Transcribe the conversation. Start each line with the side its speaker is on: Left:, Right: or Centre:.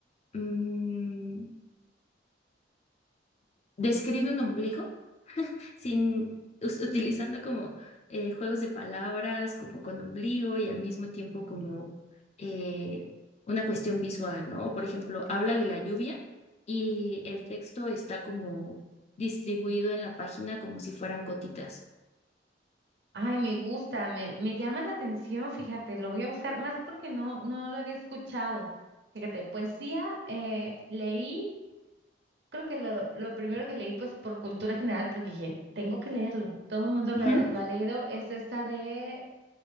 Left: mm, describe un ombligo, sin us- utilizando como eh, juegos de palabras, como con ombligo y al mismo tiempo como eh, una cuestión visual, ¿no? O, Por ejemplo, habla de la lluvia y el texto está como distribuido en la página como si fueran gotitas.
Right: Ay, me gusta, me, me llama la atención, fíjate, lo voy a buscar, más porque no, no lo había escuchado. Fíjate, poesía, eh, leí, creo que lo, lo primero que leí, pues por cultura general, porque dije, tengo que leerlo, todo el mundo lo,
Left: Ujú.
Right: ha lo ha leído, es esta de,